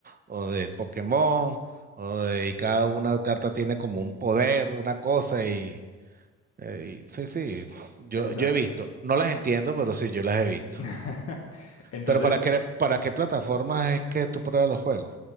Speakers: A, on the right; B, on the left.
A: o de Pokémon, o de, y cada una carta tiene como un poder, una cosa. Y, eh, y- sí, sí, yo,
B: exacto.
A: yo he visto. No las entiendo, pero sí, yo las he visto.
B: <laughs> Entonces,
A: Pero ¿para qué, para qué plataformas es que tú pruebas los juegos?